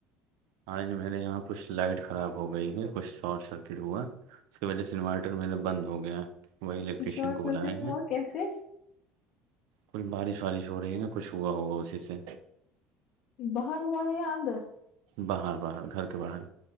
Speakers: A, on the right; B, on the left.
A: آج میرے یہاں کچھ لائٹ خراب ہو گئی ہے کچھ شارٹ سرکٹ ہوا اس کی وجہ سے انورٹر میرا بند ہو گیا وہی الیکٹریشین
B: یہ شارٹ
A: کو
B: سرکٹ
A: بلائے
B: ہوا
A: ہیں
B: کیسے
A: کل بارش وارش ہو رہی ہے نا کچھ ہوا ہوگا اسی سے
B: باہر ہوا ہے یا اندر
A: باہر باہر گھر کے باہر